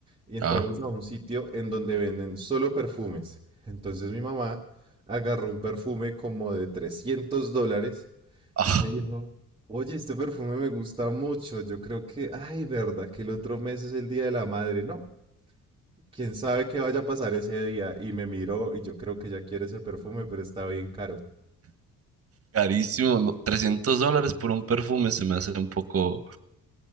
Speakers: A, on the right; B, on the right.
A: Y entramos
B: Ah,
A: a un sitio en donde venden solo perfumes. Entonces mi mamá agarró un perfume como de 300 dólares
B: ah,
A: y me dijo, oye, este perfume me gusta mucho. Yo creo que, ay, verdad, que el otro mes es el Día de la Madre, ¿no? Quién sabe qué vaya a pasar ese día. Y me miró y yo creo que ya quiere ese perfume, pero está bien caro.
B: carísimo, no, 300 dólares por un perfume se me hace un poco